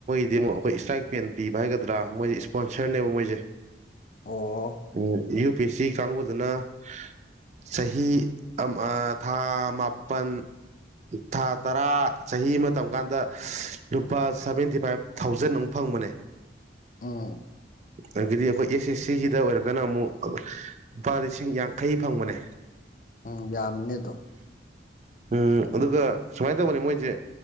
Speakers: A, on the right (about 40°); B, on the left (about 45°).
A: ꯗꯦꯃꯨꯛ ꯑꯩꯈꯣꯏ ꯏꯁꯇ꯭ꯔꯥꯏꯛꯄꯦꯟ ꯄꯤꯕ ꯍꯥꯏꯒꯗ꯭ꯔꯥ ꯃꯣꯏ ꯏꯁꯄꯣꯟꯁꯔꯅꯦꯕ ꯃꯣꯏꯁꯦ
B: ꯑꯣ
A: ꯎꯝ ꯌꯨ ꯄꯤ ꯑꯦꯁ ꯁꯤ ꯀꯥꯡꯕꯨꯗꯨꯅ ꯆꯍꯤ ꯑꯝ ꯑꯥ ꯊꯥ ꯃꯥꯄꯟ ꯊꯥ ꯇꯔꯥ ꯆꯍꯤ ꯑꯃ ꯇꯝ ꯀꯥꯟꯗ ꯂꯨꯞ ꯂꯨꯄꯥ ꯁꯚꯦꯟꯇꯤ ꯐꯥꯏꯚ ꯊꯥꯎꯖꯟ ꯑꯃꯨꯛ ꯐꯪꯕꯅꯦ
B: ꯎꯝ
A: ꯑꯗꯒꯤꯗꯤ ꯑꯩꯈꯣꯏ ꯑꯦꯁ ꯑꯦꯁ ꯁꯤꯒꯤꯗ ꯑꯣꯏꯔꯒꯅ ꯑꯃꯨꯛ ꯂꯨꯄꯥ ꯂꯤꯁꯤꯡ ꯌꯥꯡꯈꯩ ꯐꯪꯕꯅꯦ
B: ꯎꯝ ꯌꯥꯝꯃꯤꯅꯦꯗꯣ
A: ꯎꯝ ꯑꯗꯨꯒ ꯁꯨꯃꯥꯏ ꯇꯧꯕꯅꯤ ꯃꯣꯏꯁꯦ